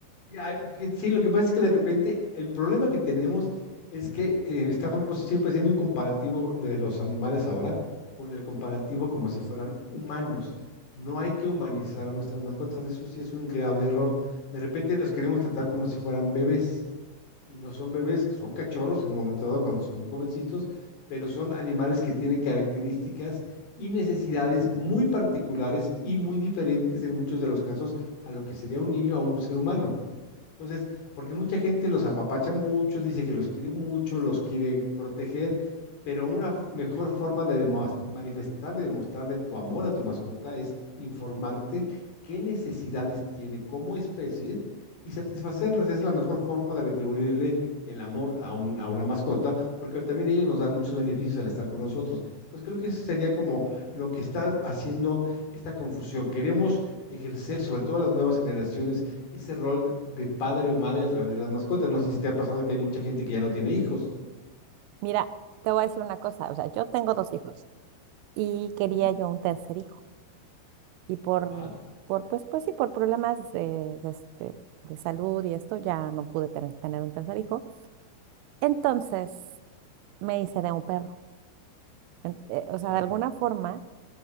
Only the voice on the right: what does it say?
Mira, te voy a decir una cosa. O sea, yo tengo dos hijos y quería
yo un tercer hijo. y por,
por pues, pues sí, por problemas de, de este, de salud y esto, ya no pude tener, tener un tercer hijo. Entonces me hice de un perro, En- eh, o sea,
de alguna forma,